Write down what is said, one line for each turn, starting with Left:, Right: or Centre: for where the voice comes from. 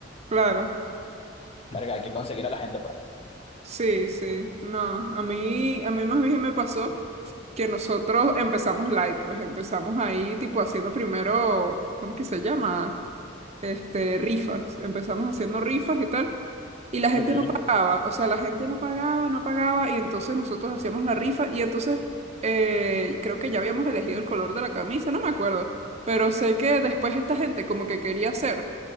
Right: claro.
Left: verga, hay que conseguir a la gente, pues.
Right: Sí, sí. No, a mí, a mí más bien me pasó que nosotros empezamos light, pues empezamos ahí, tipo, haciendo primero, ¿cómo es que se llama? este, rifas. Empezamos haciendo rifas y tal. Y la gente
Left: Okay.
Right: no pagaba, o sea, la gente no pagaba, no pagaba, y entonces nosotros hacíamos la rifa, y entonces eh, creo que ya habíamos elegido el color de la camisa, no me acuerdo, pero sé que después esta gente como que quería hacer